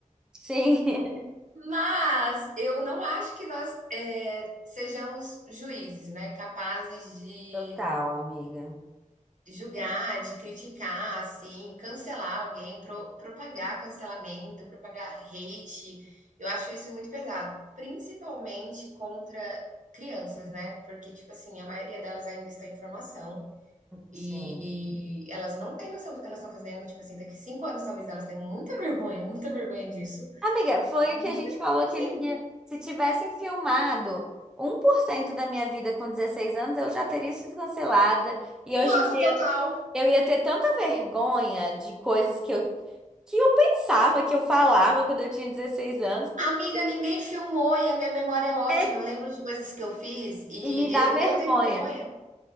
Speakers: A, in the centre; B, on the right.
A: Sim, <laughs>
B: Mas eu não acho que nós, é, sejamos juízes, né? Capazes de
A: total, amiga.
B: julgar, de criticar, assim, cancelar alguém, pro- propagar cancelamento, propagar hate. Eu acho isso muito pesado, principalmente contra crianças, né? Porque, tipo assim, a maioria delas ainda está em formação e,
A: Sim.
B: e elas não têm noção do que elas estão fazendo. Tipo assim, daqui cinco anos talvez elas tenham muita vergonha, muita vergonha disso.
A: Amiga, foi
B: E,
A: o que a gente falou aquele
B: enfim,
A: dia. Se tivessem filmado um por cento da minha vida com 16 anos, eu já teria sido cancelada. E hoje
B: nossa,
A: em dia
B: total.
A: eu ia ter tanta vergonha de coisas que eu, que eu pensava, que eu falava quando eu tinha 16 anos, porque,
B: Amiga, ninguém filmou e a minha memória é ótima.
A: é,
B: Eu lembro de coisas que eu fiz e
A: e me dá
B: eu,
A: vergonha.
B: eu tenho vergonha.